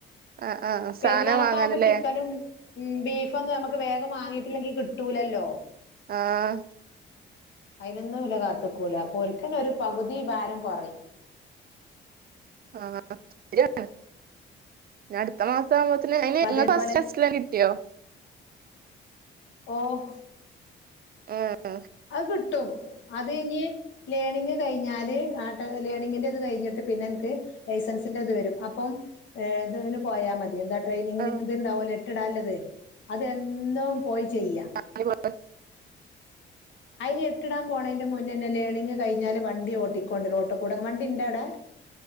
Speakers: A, on the right; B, on the left.
A: ആഹ് ആഹ്
B: പെരുന്നാളൊക്കെ
A: സാനം വാങ്ങാന്
B: ആവുമ്പോ
A: ല്ലേ
B: ചിക്കനും ബീഫൊന്നും നമുക്ക് വേഗം വാങ്ങിയിട്ടില്ലെങ്കി കിട്ടൂലല്ലോ
A: ആഹ്
B: അയ്നൊന്നും ഓല കാത്ത്കൂല അപ്പൊ ഓൽക്കന്നെ ഒരു പകുതി ഭാരം കുറയ്
A: ആഹ് <unintelligible> അടുത്ത മാ വ്മ്പോതിന് അയിന്
B: അപ്പൊ
A: <unintelligible>
B: അതേപോലെ
A: കിട്ടിയോ
B: ഓഹ്
A: ആഹ്
B: അത്കിട്ടും അത് ഇനി ലേണിങ് കഴിഞ്ഞാല് ആട്ട് ലേണിങ്ങിന്റെ ത് കഴിഞ്ഞിട്ട് പിന്നെ അനക്ക് ലൈസൻസിന്റെ ഇത് വരും അപ്പം ഏഹ് ഇതിന് പോയാ മതി എന്താ ട്രെയിനിങ്ങിന്
A: ആഹ്
B: ഇത്ണ്ടാവലോ എട്ടിടാല്ലത് അതുംഎന്നും പോയി ചെയ്യാ
A: <unintelligible>
B: അയിന് എട്ടിടാൻ പോണതിന്റെ മുന്നേന്നെ ലേണിങ്ങ് കഴിഞ്ഞാല് വണ്ടി ഓട്ടിക്കോണ്ട് റോട്ട്ക്കൂടെ വണ്ടിണ്ടാ അവിടെ?